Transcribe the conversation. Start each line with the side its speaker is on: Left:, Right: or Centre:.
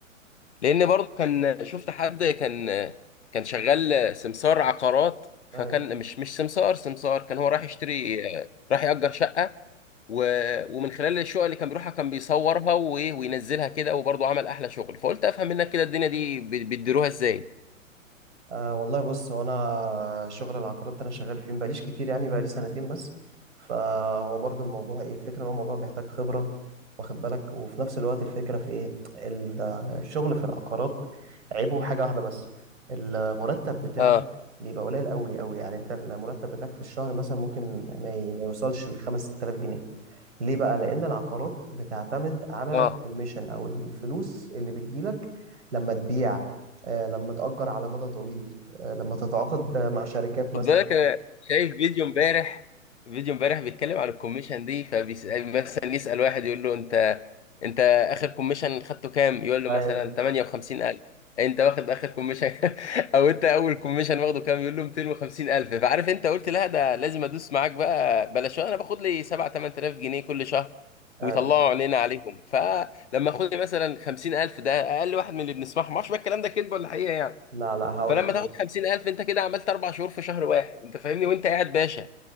Left: لان برضه كان شفت حد كان كان شغال سمسار عقارات فكان
Right: ايوه
Left: مش مش سمسار سمسار كان هو راح يشتري راح يأجر شقة و... ومن خلال الشقق اللي كان بيروحها كان بيصورها و... وينزلها كده وبرضه عمل احلى شغل فقلت افهم منك كده الدنيا دي بي- بيديروها ازاي
Right: آه والله بص هو انا شغل العقارات ده انا شغال فيه مبقاليش كتير يعني بقالي سنتين بس فهو برضو الموضوع ايه الفكره ان هو الموضوع بيحتاج خبره واخد بالك وفي نفس الوقت الفكره في ايه ال- آه، الشغل في العقارات عيبه حاجه واحده بس المرتب بتاعه
Left: اه
Right: بيبقى قليل قوي قوي يعني انت المرتب بتاعك في الشهر مثلا ممكن ما ي- ما يوصلش ل 5 6000 جنيه ليه بقى؟ لأن العقارات بتعتمد على
Left: اه
Right: الكوميشن أو الفلوس اللي بتجيلك لما تبيع آه، لما تأجر على مدى طويل آه، لما تتعاقد مع شركات مثلا
Left: خد بالك انا شايف فيديو امبارح فيديو امبارح بيتكلم عن الكوميشن دي فبيسأل مثلا يسأل واحد يقول له انت انت اخر كوميشن خدته كام يقول له
Right: ايوه
Left: مثلا 58000 انت واخد اخر كوميشن <laughs> او انت اول كوميشن واخده كام يقول له 250000 فعارف انت قلت لا ده لازم ادوس معاك بقى بلاش انا باخد لي 7 8000 جنيه كل شهر
Right: ايوه
Left: ويطلعوا عينينا عليهم فلما اخد لي مثلا 50000 ده اقل واحد من اللي بنسمعهم ما اعرفش بقى الكلام ده كذب ولا حقيقه يعني
Right: لا لا هقول
Left: فلما
Right: لك
Left: تاخد 50000 انت كده عملت اربع شهور في شهر واحد انت فاهمني وانت قاعد باشا